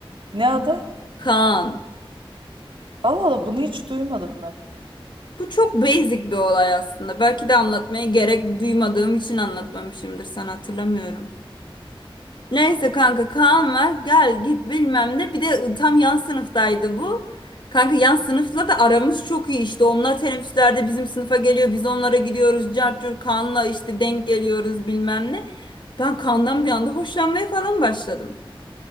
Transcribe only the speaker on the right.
Ne adı?
Allah Allah bunu hiç duymadım ben.